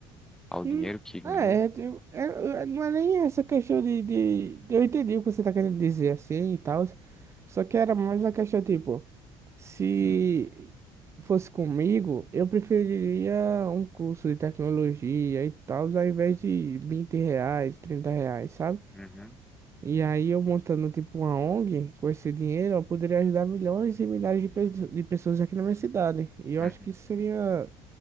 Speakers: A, in the centre; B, on the right.
A: Ao dinheiro
B: Hum,
A: que ganhou.
B: É, eu- é, é, não é nem essa questão de, de, de- Eu entendi o que você tá querendo dizer assim e tal. Só que era mais a questão, tipo, se fosse comigo, eu preferiria um curso de tecnologia e tal, ao invés de 20 reais, 30 reais, sabe?
A: Uhum,
B: E aí eu montando, tipo, uma ONG com esse dinheiro, eu poderia ajudar milhões e milhares de, pe- de pessoas aqui na minha cidade. E eu
A: uhum.
B: acho que isso seria